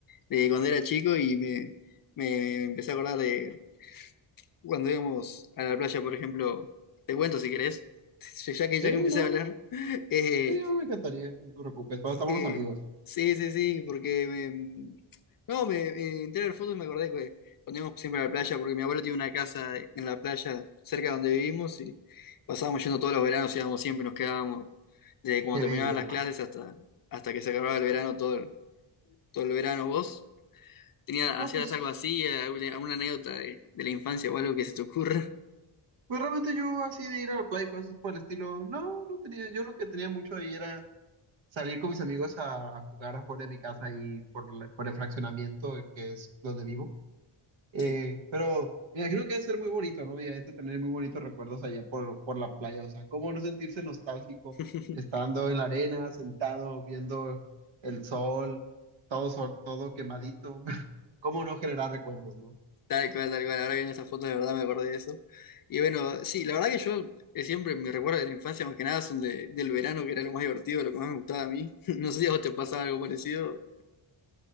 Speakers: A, on the left; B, on the right.
A: de cuando era chico y me, me empecé a acordar de cuando íbamos a la playa, por ejemplo. Te cuento si querés, <laughs> ya que, ya
B: Sí,
A: que empecé
B: no,
A: a hablar. <laughs> Eh,
B: sí, no me encantaría, no te preocupes, todos estamos
A: Eh,
B: los amigos.
A: sí, sí, sí, porque me... No, me eh, entré a ver fotos y me acordé que cuando íbamos siempre a la playa, porque mi abuelo tiene una casa en la playa cerca de donde vivimos y pasábamos yendo todos los veranos, íbamos siempre, nos quedábamos desde cuando
B: Qué
A: terminaban
B: belleza.
A: las clases hasta, hasta que se acababa el verano, todo el, todo el verano. ¿Vos tenía,
B: No,
A: hacías
B: pues,
A: algo así, eh, alguna anécdota de, de la infancia o algo que se te ocurra?
B: pues realmente yo así de ir a la playa y cosas por el estilo, no, no tenía, yo lo que tenía mucho ahí era salir con mis amigos a, a jugar afuera de mi casa ahí por, la- por el fraccionamiento que es donde vivo. Eh,
A: <laughs> Sí.
B: pero me imagino que debe ser muy bonito, ¿no? Y hay que tener muy bonitos recuerdos allá por, por la playa. O sea, ¿cómo no sentirse nostálgico
A: <laughs>
B: estando en la arena, sentado, viendo el sol, todo sol, todo quemadito? <laughs> ¿Cómo no generar recuerdos, no?
A: Tal cual, tal cual. Ahora que en esas fotos de verdad me acordé de eso. Y bueno, sí, la verdad que yo eh, siempre mis recuerdos de la infancia, más que nada, son de- del verano, que era lo más divertido, lo que más me gustaba a mí. <laughs> No sé si a vos te pasaba algo parecido.